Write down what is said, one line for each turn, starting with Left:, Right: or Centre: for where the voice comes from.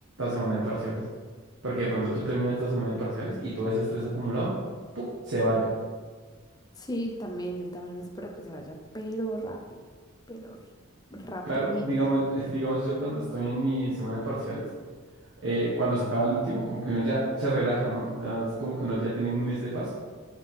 Right: semana de parciales. Porque de pronto tú terminas esta semana de parciales y todo ese estrés acumulado, ¡pum! se vaya.
Left: Sí, también, yo también espero que se vaya, pero rápido, pero r- rapidito.
Right: Claro, digamos, <laughs> digamos yo cuando estoy en mi semana de parciales, eh, cuando se acaba el último, como que uno ya se relaja, ¿no? O sea, es como que uno ya tiene un mes de paz.